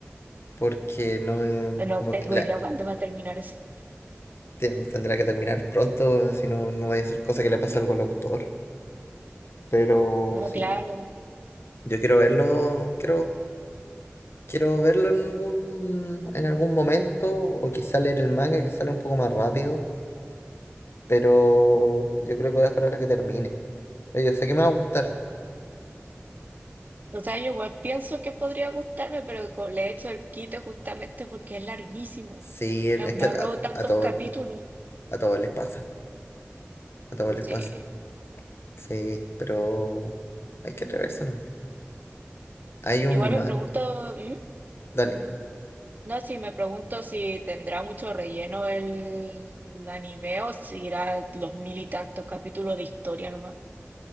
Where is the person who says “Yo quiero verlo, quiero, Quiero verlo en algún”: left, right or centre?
Left